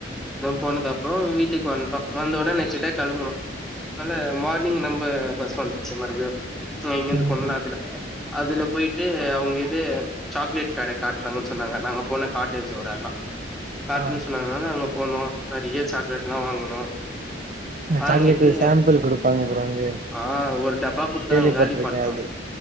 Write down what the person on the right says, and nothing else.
ம்.
ஆ.
சாக்லேட் சாம்பிள் குடுப்பாங்க ப்ரோ அங்க.
கேள்விப்பட்டுருக்கேன்
அது.